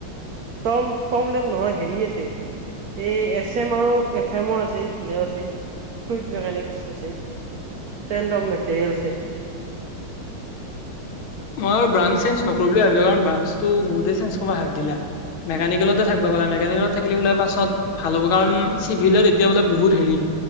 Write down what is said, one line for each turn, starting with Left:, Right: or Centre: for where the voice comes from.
Right: টম টম লেভ নহয় হেৰি আছে, এই এক এছ এম আৰু এফ এমৰ আছে লেব আছে ফ্ৰুইট মেকানিক আছে। ষ্টেণ্ডপ মেটৰিয়েলছে
Left: মই ব্ৰাঞ্চ চেঞ্জ নকৰো বুলিয়ে ভাবিলো কাৰণ ব্ৰাঞ্চটো বহুতে চঞ্জ কৰবা হাগ দিলাক। মেকানিকেলতে থাকব বোলে, মেকানিকেলত থাকিলে বোলে পাছত ভাল হ'ব কাৰণ চিভিলত এতিয়া বোলে বহুত হেৰি